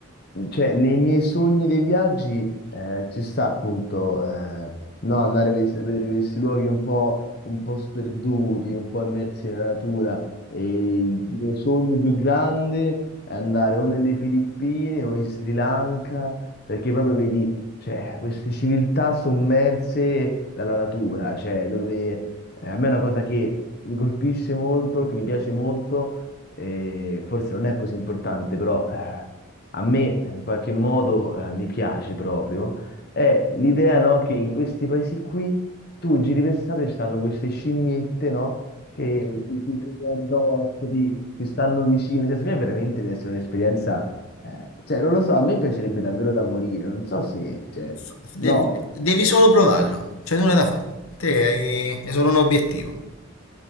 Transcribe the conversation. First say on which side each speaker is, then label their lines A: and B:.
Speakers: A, on the left (about 45°); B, on the left (about 80°).
A: cioè, nei miei sogni dei viaggi eh, ci sta appunto eh, no, andare a ves- a vedere questi luoghi un po', un po' sperduti, un po' immersi nella natura. E il mio sogno più grande è andare o nelle Filippine o in Sri Lanka, perché proprio vedi, cioè, queste civiltà sommerse dalla natura, cioè, dove eh, a me è una cosa che mi colpisce molto, che mi piace molto e forse non è così importante, però eh, a me in qualche modo eh, mi piace proprio, è l'idea, no, che in questi paesi qui tu giri per strada e ci stanno queste scimmiette, no, che ti, ti vengono addosso, ti, ti stanno vicino, cioè, secondo me veramente deve essere un'esperienza, eh, cioè non lo so, a me piacerebbe davvero da morire, non so se, cioè,
B: fa- devi,
A: no,
B: devi solo provarlo, c'è nulla da fare. Te hai- è solo un obiettivo.